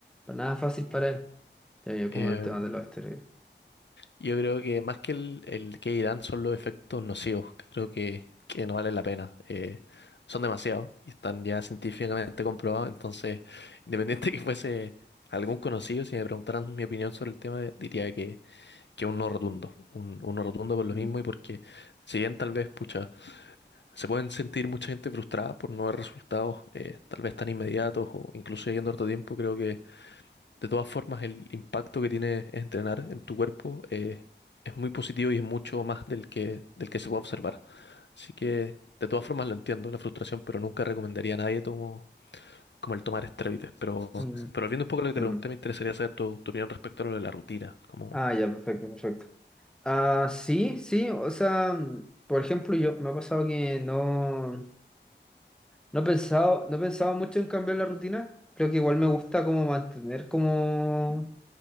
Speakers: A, in the centre; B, on the left.
A: para nada fácil para él. Ya veo como
B: em,
A: el tema de los esteroides.
B: Yo creo que más que el, el que irán son los efectos nocivos. Creo que, que no valen la pena. Eh, son demasiados y están ya científicamente comprobados. Entonces, independiente que fuese algún conocido, si me preguntaran mi opinión sobre el tema, diría que, que un no rotundo. Un, un no rotundo por lo
A: Mm,
B: mismo y porque, si bien tal vez, pucha, se pueden sentir mucha gente frustrada por no ver resultados eh, tal vez tan inmediatos o incluso yendo harto tiempo, creo que de todas formas, el impacto que tiene entrenar en tu cuerpo eh, es muy positivo y es mucho más del que, del que se puede observar. Así que, de todas formas, lo entiendo, la frustración, pero nunca recomendaría a nadie tomo- como el tomar esteroides. Pero,
A: mm,
B: pero volviendo un poco a lo que
A: entiendo.
B: te pregunté, me interesaría saber tu, tu opinión respecto a lo de la rutina. Como,
A: Ah, ya, perfecto, perfecto. Ah, sí, sí, o sea, mm, por ejemplo, yo me ha pasado que no, no he pensado, no he pensado mucho en cambiar la rutina. Creo que igual me gusta como mantener como